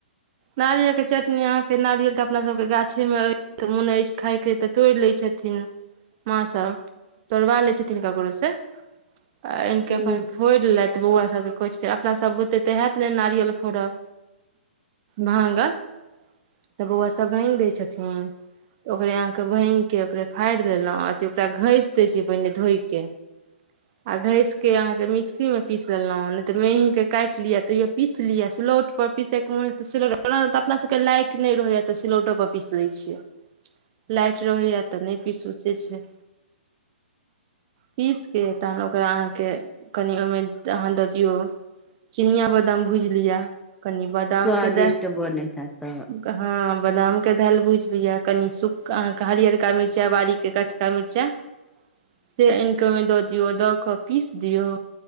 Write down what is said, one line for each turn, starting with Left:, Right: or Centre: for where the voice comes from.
Right: नारियल कऽ चटनी अहाँकेँ नारियल तऽ अपना सभके गाछे मे अछि मोन अछि खायके तऽ तोड़ि लै छथिन माँ सभ तोरबा लेय छथिन ककरो से आ आनि
Centre: हूँ
Right: के अपन फोड़ि लेत बौआ सब के कहे छथिन अपना सभ बोते तऽ हायत ने नारियल फोड़ल भांगल तऽ बौआ सभ भागि दै छथि, ओकरहि अहाँके भाग एकबेर फाड़ि देलो ओकरा घेस देय छिए पहिने धोईके
Centre: <inaudible>
Right: आ घेस के अहाँकेँ मिक्सी मे पीस लेलहुँं ने तऽ मेही के काटि लिआ तैयो पीस लिआ सलौट पर पीसे क मन हेते अपना सभके लाइट नै रहे या सिलौटो पर पीस लै छियै लाइट रहैया तऽ नहि पीसउ सोचे छै। पीस के तहन ओकरा अहाँकेँ कनि ओमे त अहाँ दऽ दियौ चिनिया बादाम भुज लिया कनि बादाम
Centre: स्वदिष्ट
Right: के दे
Centre: बने हा त
Right: हँ, बादाम के दालि भुजि लिअ, कनि सूख। अहाँके हरियर मिर्चा बाड़ी के कच्चा मिर्चाइ
Centre: <inaudible>
Right: से ऐनक ओमे दऽ दियऔ दऽ दियों पीस दियऔ